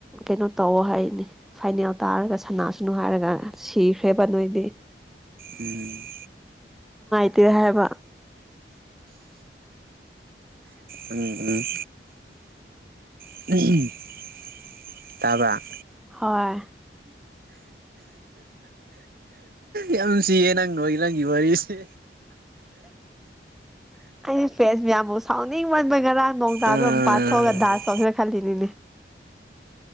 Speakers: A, in the centre; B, on the right (about 55°).
A: ꯀꯩꯅꯣ ꯇꯧ ꯍꯥꯏꯅꯤ ꯐꯥꯏꯅꯦꯜ ꯇꯥꯔꯒ ꯁꯅꯥꯁꯅꯨ ꯍꯥꯏꯔꯒ ꯁꯤꯈ꯭ꯔꯦꯕ ꯅꯣꯏꯗꯤ
B: ꯎꯝ
A: <unintelligible> ꯍꯥꯏꯕ
B: ꯎꯝ ꯎꯝ <unintelligible> ꯇꯥꯕ꯭ꯔꯥ
A: ꯍ‌ꯣꯏ
B: ꯌꯥꯝ ꯅꯨꯁꯤꯌꯦ ꯅꯪ ꯅꯣꯏꯒꯤ ꯅꯪꯒꯤ ꯋꯥꯔꯤꯁꯦ
A: ꯑꯩ ꯄꯦꯁꯕꯤꯌꯥꯝꯕꯨ ꯆꯥꯎꯅꯤ ꯄꯌꯥꯟꯕ ꯉꯔꯥꯡ ꯅꯣꯡ ꯇꯕꯗꯣ
B: ꯑꯁ
A: ꯃꯄꯥꯟꯊꯣꯛꯑꯒ ꯗꯥꯟꯁ ꯇꯧꯁꯤꯔꯥ ꯈꯜꯂꯤꯅꯤꯅꯦ